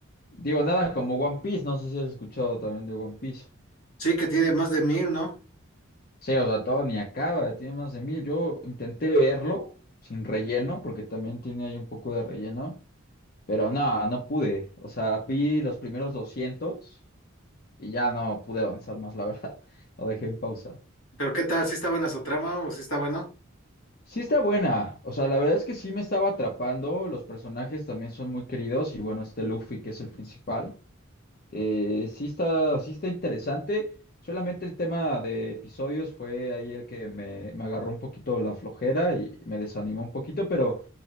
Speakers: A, on the left (about 45°); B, on the left (about 75°).
A: Digo, nada, como One Piece, no sé si has escuchado también de One Piece.
B: Sí que tiene más de mil, ¿no?
A: Sí, o sea, todo ni acaba, tiene más de mil. Yo intenté verlo sin relleno, porque también tiene ahí un poco de relleno, pero no, no pude. O sea, vi los primeros 200 y ya no pude avanzar más, la verdad. <laughs> Lo dejé en pausa.
B: Pero ¿qué tal? ¿Sí está buena su trama o sí está bueno?
A: Sí está buena, o sea, la verdad es que sí me estaba atrapando, los personajes también son muy queridos y bueno, este Luffy que es el principal. Eh, sí está, sí está interesante. Solamente el tema de episodios fue ahí el que me, me agarró un poquito la flojera y me desanimó un poquito, pero